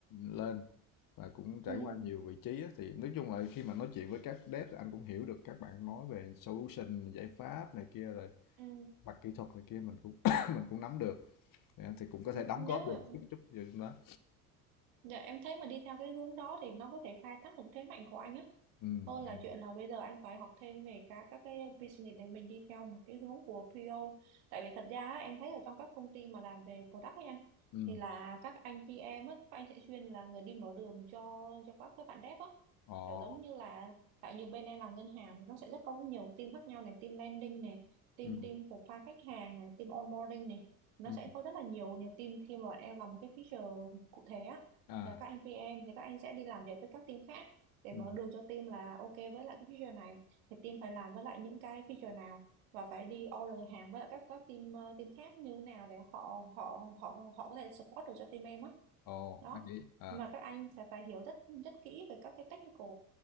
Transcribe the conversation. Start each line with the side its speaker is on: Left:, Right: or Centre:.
Left: lên và cũng trải
Right: Ừ.
Left: qua nhiều vị trí á, thì nói chung là khi mà nói chuyện với các dev thì anh cũng hiểu được các bạn nói về solution giải pháp này kia rồi
Right: Ừ.
Left: mặt kỹ thuật này kia mình cũng <coughs> mình cũng nắm được thì anh thì cũng có
Right: Nếu
Left: thể đóng góp được
Right: mà
Left: chút chút vào trong đó
Right: Dạ em thấy mà đi theo cái hướng đó thì nó có thể khai thác được thế mạnh của anh á.
Left: ừ
Right: Hơn
Left: ừ
Right: là chuyện là bây giờ anh phải học thêm về các các cái business để mình đi theo một cái hướng của PO. Tại vì thật ra á, em thấy ở trong các công ty mà làm về product ấy anh
Left: ừ.
Right: thì là các anh PM á, các anh sẽ chuyên là người đi mở đường cho cho các các bạn dev á.
Left: ồ
Right: Kiểu giống như là tại như bên em làm ngân hàng thì nó sẽ rất có nhiều team khác nhau này, team landing này, team
Left: ừ
Right: team profile khách hàng này, team onboarding này. Nó
Left: ừ
Right: sẽ có rất là nhiều nhiều team khi mà bọn em làm một cái feature cụ thể á
Left: à
Right: thì các anh PM thì các anh sẽ đi làm việc với các team khác để
Left: ừ
Right: mở đường cho team là ok với lại cái feature này thì team phải làm với lại những cái feature nào và phải đi order hàng với lại các các team ờ, team khác như thế nào để họ họ họ họ có thể support được cho team em á
Left: ồ
Right: đó
Left: anh nghĩ à
Right: nhưng mà các anh sẽ phải hiểu rất rất kỹ về các cái technical